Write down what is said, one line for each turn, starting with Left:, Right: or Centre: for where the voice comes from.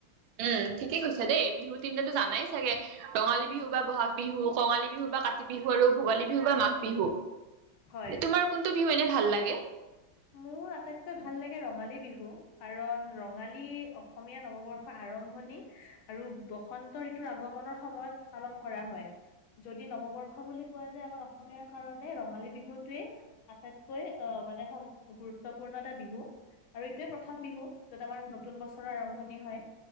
Right: উম ঠিকেই কৈছা দেই বিহু তিনিটাাতো জানাই চাগে ৰঙালী বিহু বা বহাগ বিহু কঙালী বিহু বা কাতি বিহু আৰু ভোগালী বিহু বা মাঘ বিহু
Left: হয়
Right: তোমাৰ কোনটো বিহু এনে ভাল লাগে।
Left: মোৰ আটাইতকৈ ভাল লাগে ৰঙালী বিহু কাৰণ ৰঙালী অসমীয়া নৱবৰ্ষৰ আৰম্ভণি আৰু বসন্ত ঋতুৰ আগমনৰ সময়ত পালন কৰা হয়। যদি নৱবৰ্ষ উস বুলি কোৱা যায় আমাৰ অসমীয়াৰ কাৰণে ৰঙালী বিহুটোৱে আটাইতকৈ আহ মানে সম গুৰুত্বপূৰ্ণ এটা বিহু আৰু এইটোৱে প্ৰথম বিহু যত আমাৰ নতুন বছৰেৰে আৰম্ভণি হয়